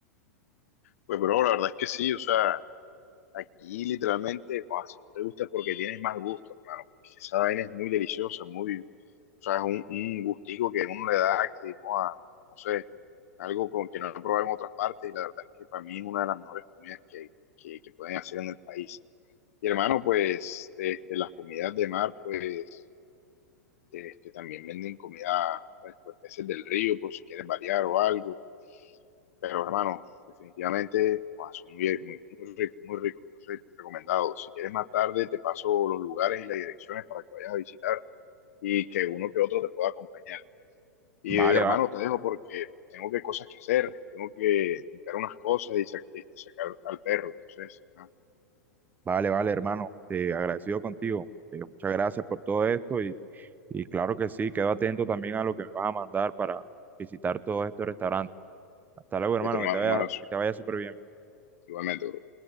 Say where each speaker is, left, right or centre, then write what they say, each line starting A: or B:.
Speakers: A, on the left; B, on the right.
A: Pues, bro, la verdad es que sí, o sea, Aquí literalmente, no, si no te gusta es porque tienes más gusto, hermano. Porque esa vaina es muy deliciosa, muy, o sea, es un, un gustico que uno le da que, joa, no sé, algo con que no he probado en otras partes y la verdad es que para mí es una de las mejores comidas que, que, que pueden hacer en el país. Y hermano, pues este, las comidas de mar, pues este, también venden comida, pues, pues, peces del río, por si quieres variar o algo. Pero hermano, definitivamente ah, son muy, muy, muy ricos, muy ricos. Entonces, recomendado. Si quieres más tarde, te paso los lugares y las direcciones para que vayas a visitar y que uno que otro te pueda acompañar. Y
B: Vale,
A: hermano,
B: va-
A: te dejo porque tengo que cosas que hacer, tengo que limpiar unas cosas y sa- y sacar al perro. Entonces, ¿no?
B: vale, vale, hermano. Te agradecido contigo. Eh, muchas gracias por todo esto y, y claro que sí, quedo atento también a lo que me vas a mandar para visitar todos estos restaurantes. Hasta luego, hermano,
A: listo, hermano,
B: que te vaya,
A: un abrazo.
B: que te vaya súper bien.
A: Igualmente, bro.